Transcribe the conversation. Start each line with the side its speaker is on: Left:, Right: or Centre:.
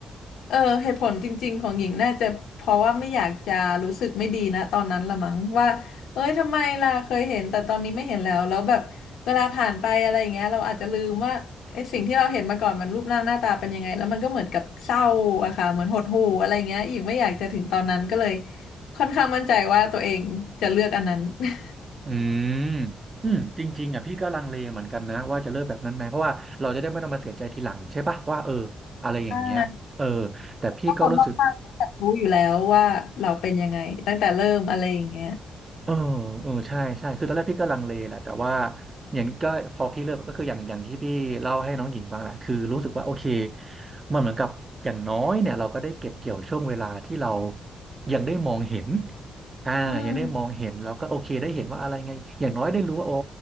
Left: เออเหตุผลจริงๆของหญิงน่าจะเพราะว่าไม่อยากจะรู้สึกไม่ดีนะตอนนั้นละมั้งว่า เอ้ยทำไมล่ะเคยเห็นแต่ตอนนี้ไม่เห็นแล้วแล้วแบบเวลาผ่านไปอะไรอย่างเงี้ยเราอาจจะลืมว่าไอ้สิ่งที่เราเห็นมาก่อนมันรูปร่างหน้าตาเป็นยังไงแล้วมันก็เหมือนกับเศร้าอะค่ะเหมือนหดหู่อะไรเงี้ยอีกไม่อยากจะถึงตอนนั้นก็เลยค่อนข้างมั่นใจว่าตัวเองจะเลือกอันนั้น <laughs>
Right: อืมอืมจริงๆอ่ะพี่ก็ลังเลเหมือนกันนะว่าจะเลิกแบบนั้นไหมเพราะว่าเราจะได้ไม่ต้องมาเสียใจทีหลังใช่ปะว่าเอออะไรอย่างเงี้ยเออ
Left: อ่า
Right: แต่พี่ก็รู้สึก
Left: ถ้าคนรอบข้างรู้อยู่แล้วว่าเราเป็นยังไงตั้งแต่เริ่มอะไรอย่างเงี้ย
Right: เออเออใช่ใช่คือตอนแรกพี่ก็ลังเลแหละแต่ว่าอย่างก็พอพี่เลิกก็คืออย่างอย่างที่พี่เล่าให้น้องหญิงฟังแหละคือรู้สึกว่าโอเคมันเหมือนกับอย่างน้อยเนี่ยเราก็ได้เก็บเกี่ยวช่วงเวลาที่เรายังได้มองเห็นอ่ายังได้มองเห็นเราก็โอเคได้เห็นว่าอะไรไงอย่างน้อยได้รู้ว่าอ๋อ
Left: อืม